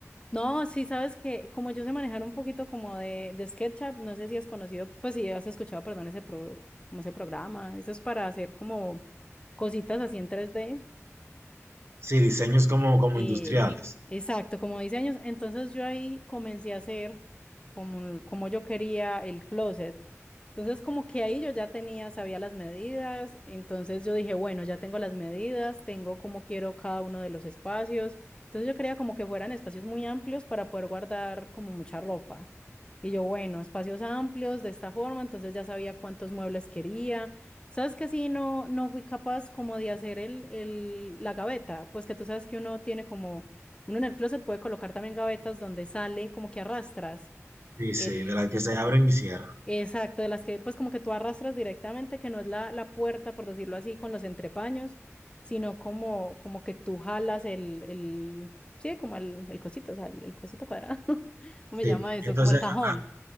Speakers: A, on the left; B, on the right.
A: No, sí, sabes que como yo sé manejar un poquito como de, de SketchUp, no sé si has conocido, pues si has escuchado, perdón, ese pro- como ese programa. Eso es para hacer como cositas así en tres d
B: Sí, diseños como, como
A: Es,
B: industriales.
A: exacto, como diseños. Entonces yo ahí comencé a hacer como, como yo quería el closet. Entonces, como que ahí yo ya tenía, sabía las medidas, entonces yo dije, bueno, ya tengo las medidas, tengo cómo quiero cada uno de los espacios. Entonces yo quería como que fueran espacios muy amplios para poder guardar como mucha ropa. Y yo, bueno, espacios amplios de esta forma, entonces ya sabía cuántos muebles quería. ¿Sabes que sí? No, no fui capaz como de hacer el, el, la gaveta, pues que tú sabes que uno tiene como, uno en el closet puede colocar también gavetas donde sale como que arrastras
B: Sí, sí,
A: el
B: de las que se abren y cierran.
A: Exacto, de las que pues como que tú arrastras directamente, que no es la, la puerta, por decirlo así, con los entrepaños, sino como, como que tú jalas el, el, sí, como el, el cosito, o sea, el, el cosito cuadrado, <laughs> ¿cómo se
B: Sí,
A: llama eso?
B: entonces,
A: Como el cajón.
B: ah,